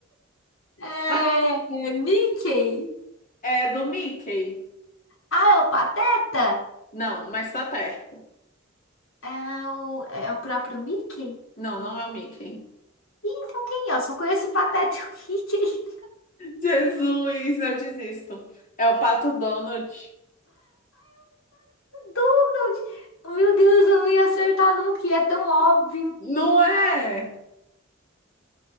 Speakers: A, on the left; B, on the left.
A: É,
B: <laughs>
A: é Mickey.
B: É do Mickey?
A: Ah, é o Pateta?
B: Não, mas tá perto.
A: É o, é o próprio Mickey?
B: Não, não é o Mickey.
A: Ih, Então quem é? Eu só conheço o Pateta e o Mickey.
B: Jesus, eu desisto. É o Pato Donald.
A: Donald! Meu Deus, eu não ia acertar nunca, e é tão óbvio.
B: Não é?